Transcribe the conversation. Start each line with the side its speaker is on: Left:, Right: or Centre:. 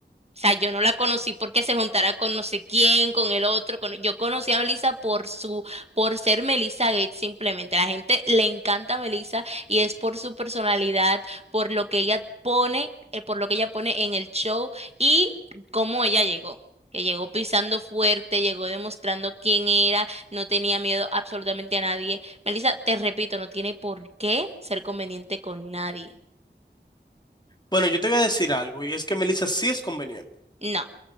Right: O sea, yo no la conocí porque se juntara con no sé quién, con el otro. Con... Yo conocí a Melissa por su, por ser Melissa Gates simplemente. La gente le encanta a Melissa y es por su personalidad, por lo que ella pone, eh, por lo que ella pone en el show y cómo ella llegó. Que llegó pisando fuerte, llegó demostrando quién era, no tenía miedo absolutamente a nadie. Melissa, te repito, no tiene por qué ser conveniente con nadie.
Left: Bueno, yo te voy a decir algo, y es que Melissa sí es conveniente.
Right: No.